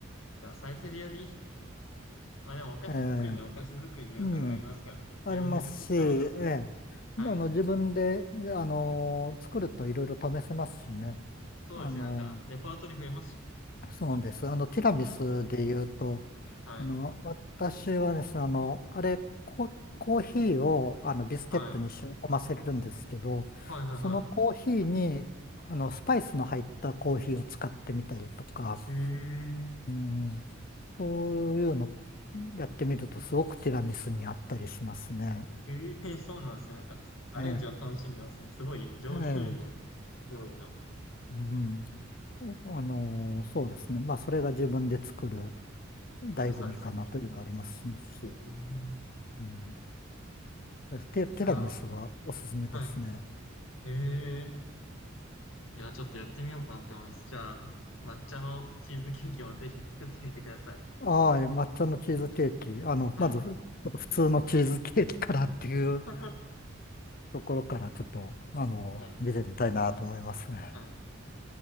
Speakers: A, on the left; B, on the left.
A: あサイゼリアでいいっすねまあでもお菓子作りにはお菓子作りの良さがありますからね。
B: え、ええ、うん、ありますし、
A: 自分で作ったのが。
B: ええ、
A: はい。
B: あの自分で、あの、作るといろいろ試せますしね。
A: そうですね、
B: あの
A: なんか、レパートリー増えますし。
B: そうです。あの、ティラミスで言うと、
A: はい。はい。
B: あの、私はですね、あの、あれ、コ、コーヒーをあのビスケットに染み込ませるんですけど、
A: はい。はい、はい、
B: そのコーヒーに、
A: は
B: あの、スパイスの入ったコーヒーを使ってみたりとか、
A: い。へえ
B: うん、そういうのやってみると、すごくティラミスにあったりしますね。
A: ええそうなんですね。なんか、アレンジを楽しんでますね。
B: ええ、
A: すごい上級ですね。
B: ええ、
A: 料理の
B: うん。あの、そうですね。まあ、それが自分で作る醍醐味かなというのはありますし、
A: 良さですよね。うん。
B: うんテ、ティラミスはおすすめですね。
A: いやー、はい。ええいや、ちょっとやってみようかなって思います。じゃあ、抹茶のチーズケーキもぜひ作ってみてください。
B: はい、抹茶のチーズケーキ。あの、
A: はい。
B: まず、ちょっと普通のチーズケーキからっていう
A: <laughs>
B: ところから、ちょっと、あの、
A: はい。
B: 見てみたいなと思いますね。
A: はい。